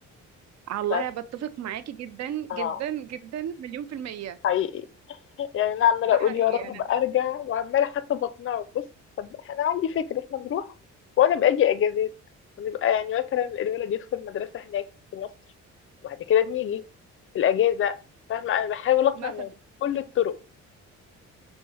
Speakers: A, on the right; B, on the left.
A: الله
B: ف...
A: بتفق معاكي جدا
B: اه
A: جدا جدا مليون في المية
B: حقيقي يعني انا عمالة
A: ده
B: اقول
A: حقيقي
B: يا رب
A: انا م-
B: ارجع وعمالة حتى بقنعه بص طب انا عندي فكرة احنا نروح وانا باجي اجازات ونبقى يعني مثلا الولد يدخل مدرسة هناك في مصر وبعد كده بنيجي في الاجازة فاهمة انا بحاول اقنع
A: مثلا
B: من كل الطرق